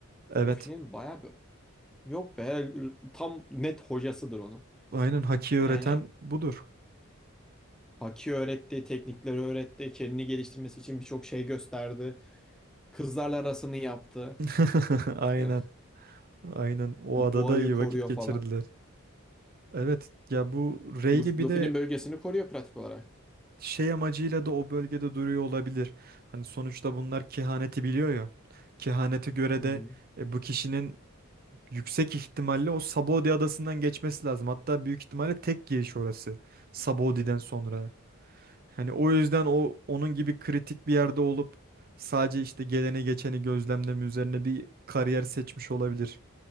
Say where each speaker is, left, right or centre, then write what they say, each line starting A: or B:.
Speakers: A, on the right; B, in the centre.
A: Evet.
B: Luffy'nin bayağı bir... Yok be tam net hocasıdır onun.
A: Aynen Haki öğreten
B: Yani
A: budur.
B: Haki öğretti, teknikleri öğretti, kendini geliştirmesi için birçok şey gösterdi. Kızlarla arasını yaptı.
A: <laughs> Aynen.
B: <laughs>
A: Aynen. O
B: Boğayı
A: adada iyi
B: koruyor
A: vakit geçirdiler.
B: falan.
A: Evet. Ya bu Rayleigh
B: Luf-
A: bir
B: Luffy'nin
A: de
B: bölgesini koruyor pratik olarak.
A: şey amacıyla da o bölgede duruyor olabilir. Hani sonuçta bunlar kehaneti biliyor ya. Kehanete göre
B: Hı
A: de
B: hı.
A: e, bu kişinin yüksek ihtimalle o Sabaody adasından geçmesi lazım. Hatta büyük ihtimalle tek giriş orası. Sabaody'den sonra. Hani o yüzden o onun gibi kritik bir yerde olup sadece işte geleni geçeni gözlemleme üzerine bir kariyer seçmiş olabilir.